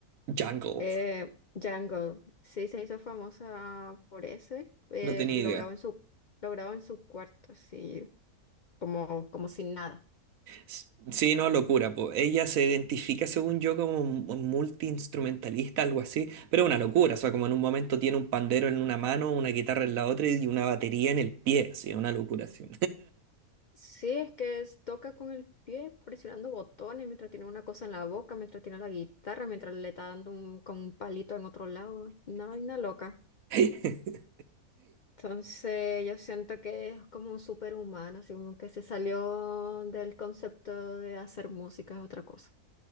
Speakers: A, on the right; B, on the left.
A: Jungle,
B: Eh, Jungle, sí, se hizo famosa por ese, eh,
A: no tenía
B: lo
A: idea.
B: grabó en su, lo grabó en su cuarto, así como, como sin nada.
A: S- Sí, no, locura, po. Ella se identifica, según yo, como mu- multiinstrumentalista, algo así, pero una locura, o sea, como en un momento tiene un pandero en una mano, una guitarra en la otra y una batería en el pie, sí, una locura, sí.
B: Sí, es que es- toca con el pie presionando botones mientras tiene una cosa en la boca, mientras tiene la guitarra, mientras le está dando un, con un palito en otro lado. Una vaina loca.
A: <laughs>
B: Entonces yo siento que es como un superhumano, así como que se salió del concepto de hacer música es otra cosa.